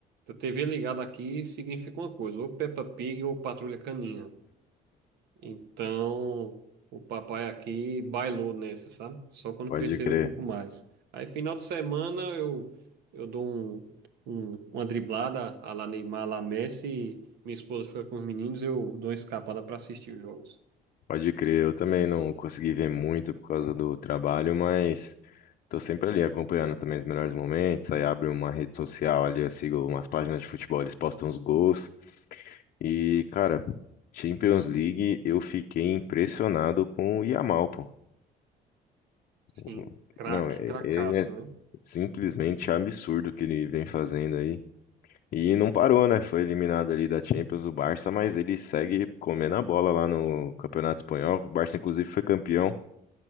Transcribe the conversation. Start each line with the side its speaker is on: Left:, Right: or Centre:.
Right: a TV ligada aqui significa uma coisa, ou Peppa Pig ou Patrulha Canina. Então, o papai aqui bailou nessa, sabe? Só quando
Left: Pode
Right: crescer
Left: crer.
Right: um pouco mais. Aí, final de semana, eu, eu dou um, um- uma driblada à la Neymar, lá Messi. e Minha esposa fica com os meninos, eu dou uma escapada para assistir os jogos.
Left: Pode crer, eu também não consegui ver muito por causa do trabalho, mas tô sempre ali acompanhando também os melhores momentos. Aí abre uma rede social ali, eu sigo umas páginas de futebol, eles postam os gols. E, cara, Champions League, eu fiquei impressionado com o Yamal, pô.
Right: Sim,
Left: O-
Right: craque,
Left: Não, e-
Right: cracaço,
Left: ele é
Right: né?
Left: simplesmente absurdo o que ele vem fazendo aí. E não parou, né? Foi eliminado ali da Champions do Barça, mas ele segue comendo a bola lá no Campeonato Espanhol. O Barça, inclusive, foi campeão.